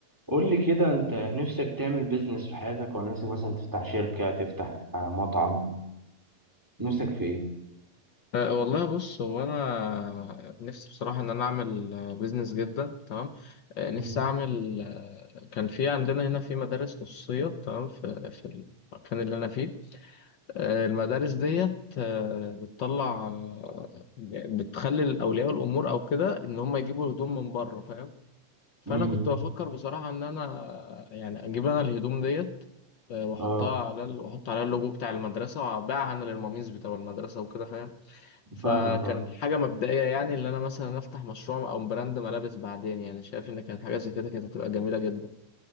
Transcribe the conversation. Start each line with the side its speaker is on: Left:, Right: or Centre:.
Centre: قول لي كده انت نفسك تعمل بيزنس في حياتك ولا نفسك مثلا تفتح شركة تفتح آه، مطعم نفسك في ايه؟
Left: أه، والله بص هو انا نفسي بصراحه ان انا اعمل بيزنس جدا تمام أه،
Centre: مم.
Left: نفسي اعمل أه، كان في عندنا هنا في مدارس خصوصيه تمام في في المكان اللي انا فيه أه، المدارس ديت أه، بتطلع أه، بتخلي اولياء الامور او كده ان هم يجيبوا هدوم من بره فاهم فانا
Centre: مم.
Left: كنت بفكر بصراحه ان انا يعني اجيب انا الهدوم ديت أه، واحطها
Centre: اه
Left: على ال- واحط عليها اللوجو بتاع المدرسه وابيعها انا للمميز بتاع المدرسه وكده فاهم فكان
Centre: فاهمك اه
Left: حاجة مبدئية يعني اللي أنا مثلا أفتح مشروع أو براند ملابس بعدين يعني شايف إن كانت حاجة زي كده كانت هتبقى جميلة جدا